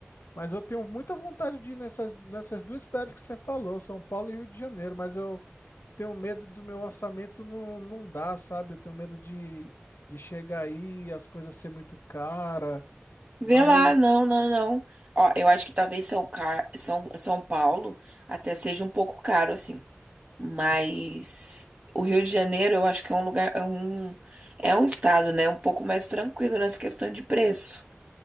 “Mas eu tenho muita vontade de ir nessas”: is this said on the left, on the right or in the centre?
Left